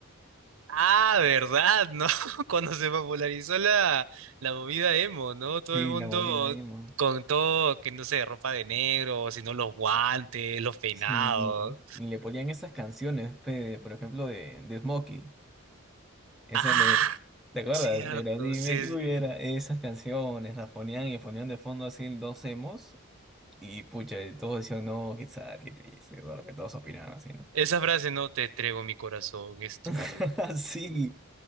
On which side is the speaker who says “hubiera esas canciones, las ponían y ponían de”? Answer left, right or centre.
Centre